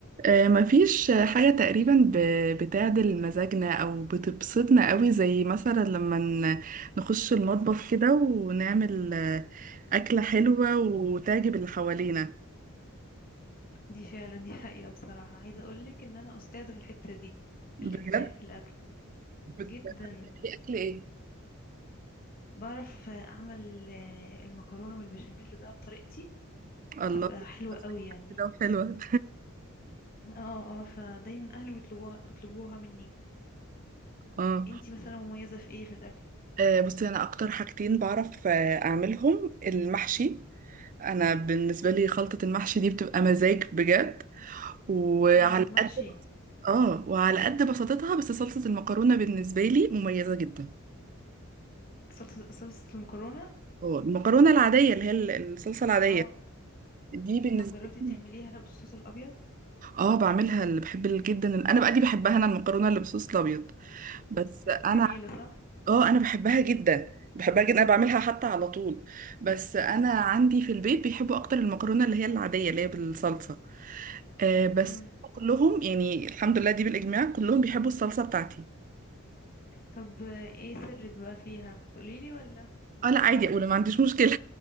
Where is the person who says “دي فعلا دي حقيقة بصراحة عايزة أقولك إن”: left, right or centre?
Left